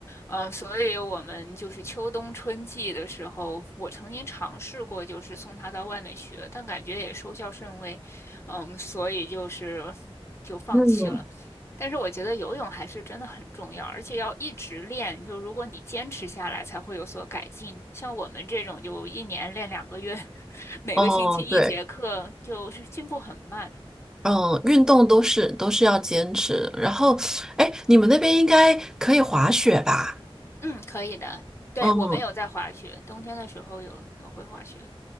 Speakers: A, on the left; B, in the centre.
A: 嗯，所以我们就是秋冬春季的时候，我曾经尝试过，就是送他到外面学，但感觉也收效甚微，嗯，所以就是就放弃了。
B: 嗯，
A: 但是我觉得游泳还是真的很重要，而且要一直练，就如果你坚持下来，才会有所改进。像我们这种就一年练两个月，<laughs> 每个星期一节课，
B: 哦，对，
A: 就是进步很慢。
B: 嗯，运动都是都是要坚持。然后，哎，你们那边应该可以滑雪吧？
A: 嗯，可以的。对，
B: 嗯，
A: 我们有在滑雪，冬天的时候有有会滑雪，